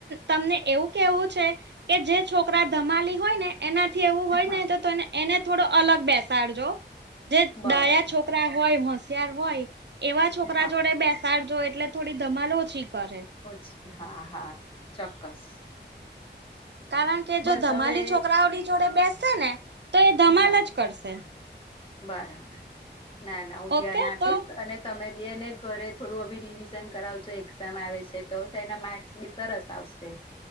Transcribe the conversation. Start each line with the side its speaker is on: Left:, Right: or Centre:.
Right: તમને એવું કેવું છે કે જે છોકરા ધમાલી હોય ને એનાથી એવું હોય
Left: હા
Right: ને તો એને થોડો અલગ બેસાડજો જે ડાયા
Left: બરાબર
Right: છોકરા છોકરા હોય હોશિયાર હોય એવા છોકરા
Left: હા
Right: જોડે બેસ સાડ જો એટલે થોડી ધમાલ ઓછી કરે.
Left: ઓછી હા, હા ચોક્કસ.
Right: કારણ કે જો
Left: બસ
Right: ધમાલી
Left: હવે
Right: છોકરાઓની જોડે બેસશે ને તો એ ધમાલ
Left: હા
Right: જ કરશે.
Left: બરાબર ના ના હું
Right: ઓકે
Left: ધ્યાન આપીશ
Right: તો
Left: અને તમે બી એને ઘરે થોડું અવી રિવિઝન કરાવજો એક્ઝામ આવે છે તો તેના માર્ક્સ બી સરસ આવશે.